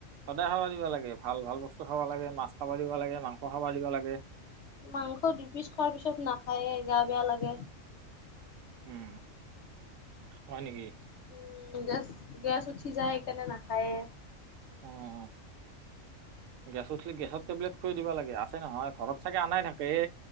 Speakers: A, on the right (about 75°); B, on the left (about 60°).
A: সদায় খাব দিব লাগে ভাল ভাল বস্তু খাব লাগে। মাছ খাব দিব লাগে, মাংস খাব দিব লাগে।
B: মাংস দু পিচ খোৱাৰ পিছত নাখায়ে গা বেয়া লাগে।
A: উম, হয় নেকি।
B: উম, গেছ গেছ উঠি যায় স কেনে নাখায়।
A: উম গেছ উঠিলে, গেছৰ টেবলেট। খুৱাই দিব লাগে আছে নহয় ঘৰত চাগে আনাই থাকে